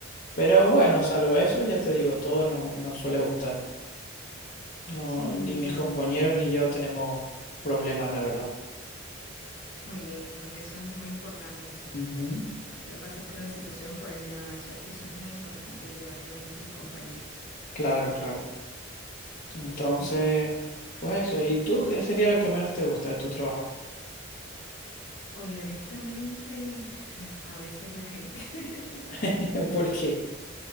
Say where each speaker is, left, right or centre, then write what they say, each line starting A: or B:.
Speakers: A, on the left; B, on the left.
A: Pero
B: Sí,
A: bueno, salvo eso, ya te digo, todo nos, nos suele gustar. No,
B: sí,
A: ni
B: sí,
A: mis compañeros
B: sí.
A: ni yo tenemos problemas, la verdad.
B: Muy bien, porque eso es muy importante.
A: Ujú,
B: El que pase por una situación, pues nada, eso, eso es muy importante, llevarte bien con tus compañeros.
A: Claro, claro. Entonces,
B: Sí.
A: pues eso. ¿Y tú qué sería lo que menos te gusta de tu trabajo?
B: Oye, honestamente, a a veces la gente, <laughs>
A: <laughs> ¿Por qué?